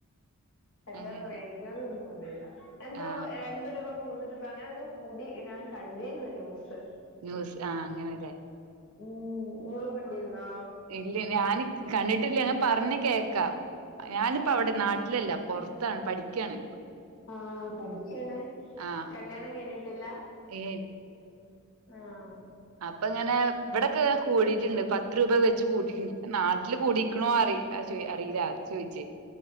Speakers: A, on the left (about 60°); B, on the right (about 80°).
A: എത്ര
B: അങ്ങനെ
A: റേറ്റ് ഒന്നും അറിയില്ല എന്തോ
B: ആ
A: രണ്ട് രൂപ മൂന്ന് രൂപ അങ്ങനെക്കെ കൂടി ഞാൻ കണ്ടിരുന്നു ന്യൂസ്
B: ന്യൂസ് ആഹ്‌ അങ്ങനെയല്ലേ
A: ഉം നിങ്ങളും കണ്ടിരുന്നോ
B: ഇല്ല ഞാൻ കണ്ടിട്ടില്ലാ പറഞ്ഞ കേട്ട് ക്ക ഞാനിപ്പോ അവിടെ നാട്ടിലല്ല പൊറത്താണ് പഠിക്കയാണ്
A: ആഹ്‌ പഠിക്കാണേ
B: ആഹ്
A: കല്യാണംകൈനിട്ടില്ല
B: ഏ
A: ആഹ്‌
B: അപ്പ ഇങ്ങനെ ഇവിടെക്കെ കൂടിയിട്ടുണ്ട് പത്ത് രൂപ വെച്ച് കൂടിയിട്ടുണ്ട് നാട്ടില് കൂടിക്കണോ അറി അത് ചോയ് അറീല്ല <unintelligible> ചോയിച്ച്